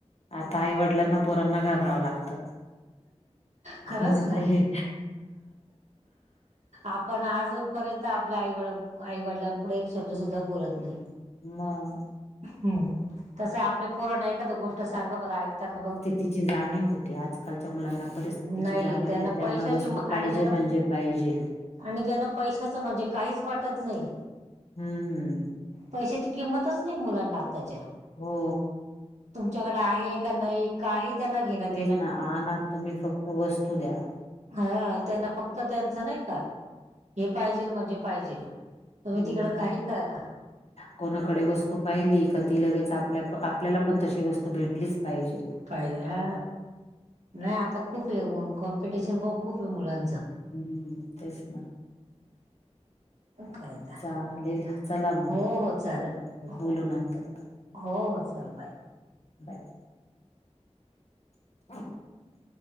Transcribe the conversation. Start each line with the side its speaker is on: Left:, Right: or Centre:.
Left: आता आई वडिलांना पोरांना घाबराव लागत.
Right: खरंच
Left: उलट
Right: ना
Left: आहे.
Right: आपण अजूनपर्यंत आपल्या आईवड आईवडलां पुढे एक शब्द सुद्धा बोलत नाही.
Left: मग
Right: हम्म तस आपल्या पोरांना एकदा गोष्ट सांगा बर ऐकता का बघु.
Left: तिची जाणीव होती. आज कालच्या मुलांना परिस्थितीची
Right: नाही
Left: जाणीव नाही. त्यांना
Right: पैशाचे
Left: वस्तू पाहिजे
Right: आणि त्यांना
Left: म्हणजे पाहिजे.
Right: आणि त्यांना पैशाच म्हणजे काहीच वाटत नाही.
Left: हम्म
Right: पैशाची किंमतच नाही मुलांना आत्ताच्या.
Left: हो.
Right: तुमच्याकडे आहे का नाही. काही त्यांना घेण
Left: तेच
Right: देण
Left: ना अना तुम्ही फक्त वस्तू द्या.
Right: हा त्यांना फक्त त्यांच नाही का हे पाहिजेल म्हणजे पाहिजेल. तुम्ही
Left: हम्म
Right: तिकड काही करा
Left: कोणाकडे वस्तू पाहिली का ती लगेच आपल्या आपल्याला पण तशी वस्तू भेटलीच पाहिजे.
Right: पाहिजे हा. नाही आता खूप हे होऊन कॉम्पिटिशन पण खूप आहे मुलांच.
Left: हम्म तेच ना.
Right: काय आता
Left: चालेल चला मग
Right: हो हो चालेल हो
Left: बोलू नंतर.
Right: हो हो चला बाय.
Left: बाय. <unintelligible>